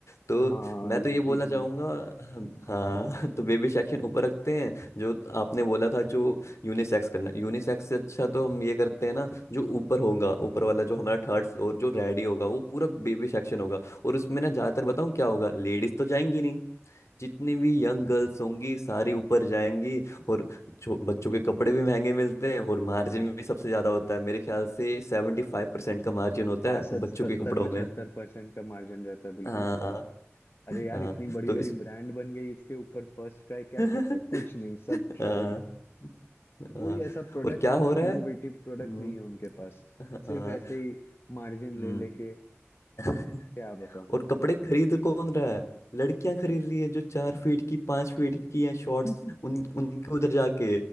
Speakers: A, on the left; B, on the left.
A: तो
B: हाँ
A: मैं
B: ये
A: तो ये
B: चीज
A: बोलना चाहूंगा
B: में
A: हम- हाँ <laughs> तो बेबी सेक्शन ऊपर रखते हैं जो आपने बोला था जो यूनिसेक्स करना यूनिसेक्स से अच्छा तो हम ये करते हैं ना जो ऊपर होगा ऊपर वाला जो हमारा थर्ड फ्लोर जो रेडी होगा वो पूरा बेबी सेक्शन होगा और उसमें ना ज्यादातर बताऊँ क्या होगा लेडीज तो जाएंगी नहीं जितनी भी यंग गर्ल्स होंगी सारी ऊपर जाएंगी और छो- बच्चों के कपड़े भी महंगे मिलते हैं और मार्जिन भी सबसे ज्यादा होता है मेरे ख्याल से सेवेंटी फाइव परसेंट का मार्जिन होता
B: हाँ
A: है
B: सत
A: बच्चों
B: सत्तर
A: के कपड़ों
B: पचहत्तर
A: में
B: परसेंट का मार्जिन रहता है बिल्कुल
A: हाँ
B: बिल्कुल अरे यार
A: हाँ
B: इतनी बड़ी
A: तो
B: बड़ी
A: इस
B: ब्रांड बन गई इसके ऊपर फर्स्ट ट्राई क्या
A: <laughs>
B: करता है कुछ नहीं सब छो-
A: हाँ हाँ,
B: कोई ऐसा प्रोडक्ट
A: और क्या
B: नहीं
A: हो
B: है
A: रहा
B: इनोवेटिव
A: है
B: प्रोडक्ट
A: हम्म,
B: नहीं है उनके पास
A: हाँ हाँ,
B: सिर्फ ऐसे ही मार्जिन
A: हम्म,
B: ले लेके
A: <laughs>
B: क्या बताऊं
A: और कपड़े खरीद कौन रहा है लड़कियां खरीद रही हैं जो चार फीट की पांच फीट की हैं शॉर्ट्स
B: <laughs>
A: उन उनके उधर जाके